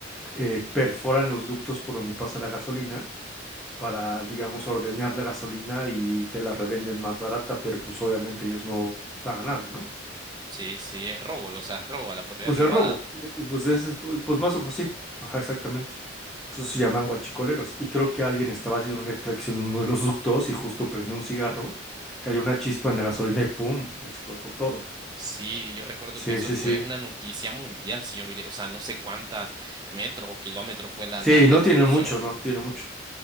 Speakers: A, in the centre; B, on the right.
A: eh, perforan los ductos por donde pasa la gasolina para, digamos, ordeñar la gasolina y te la revenden más barata, pero pues obviamente ellos no pagan nada, ¿no?
B: Sí, sí, es robo, o sea, es robo a la propiedad
A: Pues
B: privada.
A: el robo, eh, pues, es, pues más o pues sí, ajá, exactamente. Entonces se llaman guachicoleros. Y creo que alguien estaba haciendo una extracción en uno de los ductos y justo prendió un cigarro, cayó una chispa en la gasolina y ¡pum! explotó todo.
B: Sí, yo recuerdo
A: Sí,
B: que eso
A: sí,
B: fue
A: sí.
B: una noticia mundial, si yo miré, o sea, no sé cuántas metros o kilómetros fue la,
A: Sí,
B: la, la
A: no
B: explosión.
A: tiene mucho, no tiene mucho.